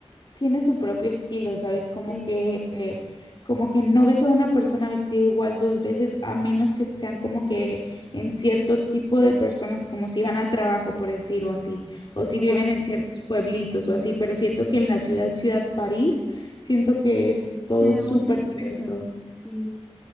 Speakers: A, on the left (about 45°); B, in the centre.
A: tiene su propio estilo, ¿sabes? Como
B: Sí,
A: que, eh, como que no ves a una persona vestida igual dos veces, a menos que sean como que en cierto tipo de personas, como si van al trabajo, por decir, o así, o si viven
B: claro,
A: en ciertos pueblitos o así, pero siento que en la ciudad, ciudad París, siento que es todo
B: se ve
A: súper
B: mucho el estilo.
A: diverso.
B: Sí,